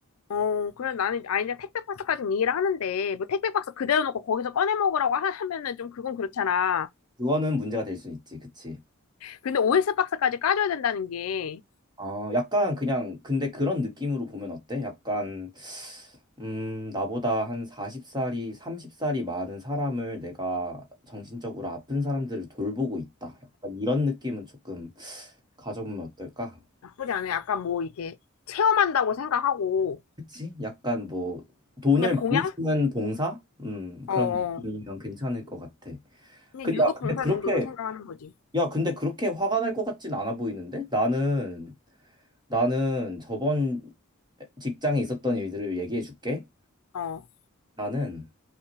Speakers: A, on the left; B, on the right.
A: 어 그래 나는 아 이제 택배 박스까지는 이해를 하는데 뭐 택배 박스 그대로 놓고 거기서 꺼내 먹으라고 하- 하면은 좀 그건 그렇잖아
B: 그거는 문제가 될 수 있지, 그치?
A: 근데 OS 박스까지 까줘야 된다는 게
B: 아, 약간 그냥 근데 그런 느낌으로 보면 어때? 약간 음, 나보다 한 40살이 30살이 많은 사람을 내가 정신적으로 아픈 사람들을 돌보고 있다. 약간 이런 느낌은 조금 가져보면 어떨까?
A: 나쁘지 않아요. 약간 뭐 이게 체험한다고 생각하고
B: 그치? 약간 뭐 돈을
A: 그냥
B: 많이
A: 봉양?
B: 쓰는 봉사? 음,
A: 어,
B: 그런
A: 어.
B: 느낌이면 괜찮을 것 같아.
A: 그냥
B: 근데
A: 유급
B: 야, 근데
A: 봉사
B: 그렇게
A: 정도로 생각하는 거지.
B: 야, 근데 그렇게 화가 날 것 같진 않아 보이는데? 나는 나는 저번 직장에 있었던 일들을 얘기해 줄게.
A: 어,
B: 나는